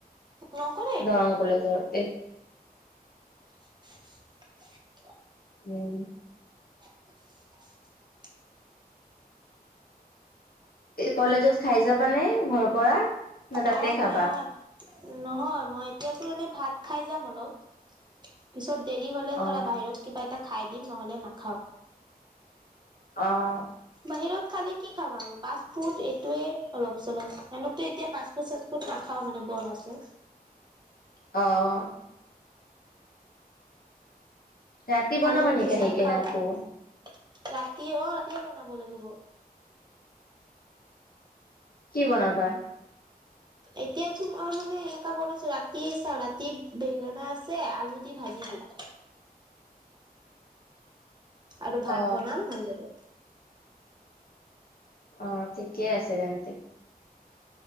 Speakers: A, on the right (about 30°); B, on the left (about 70°).
A: নকৰে এইটো
B: দৰং কলেজৰ তে
A: <inaudible>
B: উম
A: <inaudible>
B: কলেজত খাই যাবানে ঘৰৰ পৰা? ন তাতে
A: অহ,
B: খাবা
A: মায়া। নহয় মই এতিয়াতো এনে ভাত খাই যাম অলপ পিছত দেৰি হলে
B: অ
A: ধৰা বাহিৰত কিবা এটা খাই দিম নহলে নাখাওঁ।
B: অ',
A: বাহিৰত খালে কি খাম আৰু পাষ্ট ফুড এইটোৱে অলপ -চলপ এনতো এতিয়া পা পাচ ফুট -চাছ ফুট নাখাও মানে বন আছে।
B: অহ ৰাতি বনাবা
A: খালে অলপোচকাই
B: নেকি আহি কেনে
A: খাওঁ
B: আকৌ
A: <unintelligible> ৰাতি অহ ৰাতিয়ে বনাব লাগিব।
B: কি বনাবা?
A: <inaudible> এতিয়াতো মই মানে এনেকা বনাইছো ৰাতি চাওঁ ৰাতি বেঙেনা আছে আলু দি ভাজি দিম আৰু ভাত
B: অ
A: বনাম হৈ যাব।
B: অ ঠিকেই আছে তেন্তে।